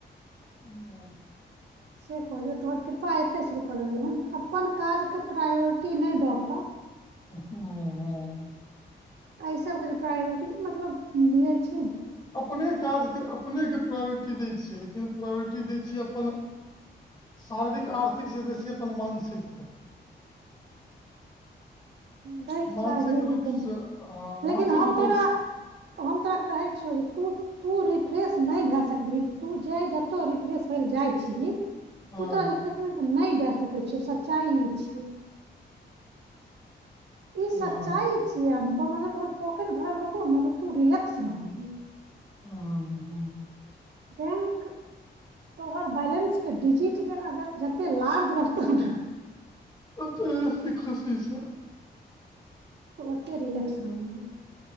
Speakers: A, on the left; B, on the right.
A: <unintelligible>
B: से कहलियौ तोहर कृपा ऐतइ से रूकल रहलौ जे अपन काजके प्रायोरिटी नहि दऽ कऽ
A: हँ हँ
B: अइ सबके जे प्रायोरिटी मतलब दैय छै
A: अपने काजके अपनेके प्रायोरिटी दै छियै लेकिन प्रायोरिटी दै छियै अपन शारीरिक आर्थिक से बेसी अपन मानसिक
B: दैके
A: मानसिक
B: चाही
A: रूपसँ
B: लेकिन
A: हँ
B: लेकिन
A: मानसिक
B: हम
A: रूपसँ
B: तोरा हम तोरा कहय छियौ तू तू रिफ्रेश नहि भए सकबीही तू जै जत रिफ्रेश होइ लए जाइ छीही ओ
A: हँ
B: तोरा रिफ्रेशमेंट नहि दए सकै छौ सच्चाई ई छियै ई
A: हँ
B: सच्चाई छियै अनुपम अगर तोहर पॉकेट भरल रहतौ ने तऽ तू रिलैक्स रहबीही
A: ह ह
B: बैंक तोहर बैलेंसके डिजिट जे अगर जते लार्ज रहतौ न
A: तैंऽसे खसै छैं
B: तऽ ओते रिलैक्स रहबीही